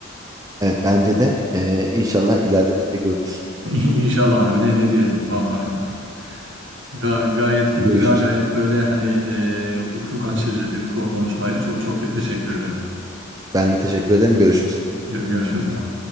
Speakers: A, on the right; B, on the right.
A: Evet bence de e, inşallah ileride biz de görürüz.
B: <laughs> İnşallah abi ne ne diyelim valla. <laughs> Ga- gayet gü-
A: Görüşürüz.
B: güzel gayet böyle hani e, ufuk açıcı
A: Hı hı.
B: bir ko- konuşmaydı. Çok çok te- teşekkür ederim.
A: Ben de teşekkür ederim. Görüşürüz.
B: Gö- görüşürüz abi.